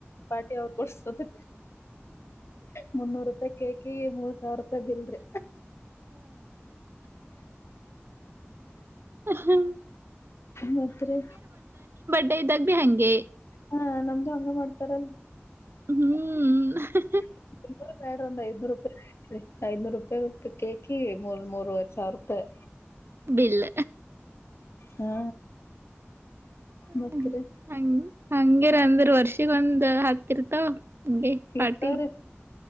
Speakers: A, on the left; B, on the right.
A: ಪಾರ್ಟಿ ಅವ್ರು ಕೊಡ್ಸದು ಮುನ್ನೂರು ರೂಪಾಯಿ ಕೇಕ್ <unintelligible> ಸಾವಿರ ರೂಪಾಯಿ ಬಿಲ್ರಿ
B: ಹ್ಮ್
A: ಮತ್ರಿ
B: ದ್ದಾರಬಿಹಂಗೆ
A: ಹಾ ನಮ್ದು ಹಂಗ ಮಾಡ್ತಾರಲ್
B: ಹ್ಮ್ ಹ್ಮ
A: <unintelligible> ಬೇಡ ಒ್ ಐ್ನೂರು ರೂಪಾಯಿ ಐದನೂರು ರೂಪಾಯಿ ಕೇಕಿ ಮೂರ್ ಮೂರ್ವ ಸಾವಿರ ರೂಪಾಯಿ
B: ಬಿಲ್
A: ಹಾ
B: ಹ್ಮ
A: ಮತ್ರಿ
B: ಹಂಗ ಹಂಗಿರ ಅಂದ್ರ ವರ್ಷಿಗ ಒಂದ್ ಹತ್ತಿರ್ತಾವ ಹಂಗೆ
A: ಇರ್ತಾರೆ
B: ಪಾರ್ಟಿ